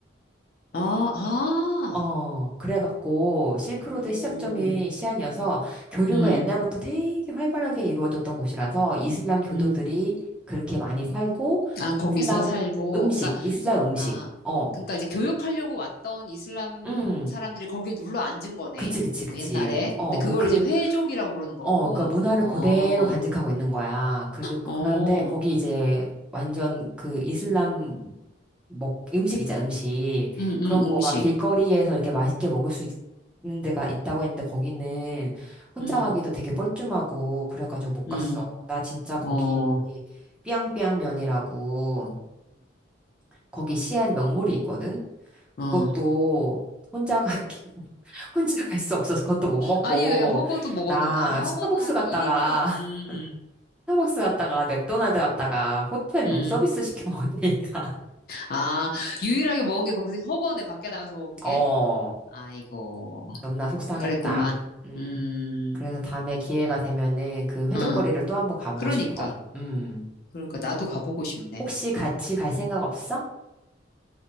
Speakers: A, on the left (about 50°); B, in the centre.
A: 아, 아,
B: 어, 그래갖고 실크로드
A: 오,
B: 시작점이 시안이어서 교류가
A: 음,
B: 옛날부터 되게 활발하게 이루어졌던 곳이라서 이슬람 교도들이
A: 음.
B: 그렇게 많이 살고
A: 아, 거기서
B: 이슬람
A: 살고.
B: 음식,
A: 그러니까
B: 이슬람 음식.
A: 아,
B: 어,
A: 그러니까 이제 교육하려고 왔던 이슬람
B: 음.
A: 사람들이 거기에 눌러 앉은 거네.
B: 그치, 그치, 그치.
A: 어, 옛날에.
B: 어,
A: 근데 그걸
B: 그, 그,
A: 이제 회족이라고 부르는 거고.
B: 어, 그 문화를
A: 어,
B: 그대로 간직하고 있는 거야. 그, 그런데
A: 어,
B: 거기
A: 음,
B: 이제 완전 그 이슬람 먹, 음식 있잖아, 음식.
A: 음,
B: 그런
A: 음식.
B: 거가 길거리에서 이렇게 맛있게 먹을 수 있는 데가 있다고 했는데 거기는 혼자
A: 음,
B: 가기도 되게 뻘쭘하고 그래가지고 못
A: 음,
B: 갔어. 나 진짜 거기
A: 어, 어,
B: 삐양삐양면이라고 거기 시안 명물이 있거든?
A: 어.
B: 그것도 혼자 가, <laughs> 혼자 갈 수 없어서 그것도 못 먹고
A: 아니, 왜 허거도 먹었는,
B: 나
A: 아, 허거는
B: 스타벅스
A: 하긴
B: 갔다가
A: 1인용, 음,
B: <laughs> 스타벅스 갔다가 맥도날드 갔다가 호텔
A: 음,
B: 룸서비스
A: 음.
B: 시켜 먹으니까
A: 아, 유일하게 먹은 게 거기서 허거네, 밖에 나가서 먹은 게?
B: <laughs> 어
A: 아이고,
B: 너무나 속상했다.
A: 그랬구만.
B: 음.
A: 음,
B: 그래서 다음에 기회가 되면은 그 회족거리를
A: 어,
B: 또 한번 가보고
A: 그러니까.
B: 싶어. 음.
A: 그러니까 나도 가보고 싶네.
B: 혹시 같이 갈 생각 없어?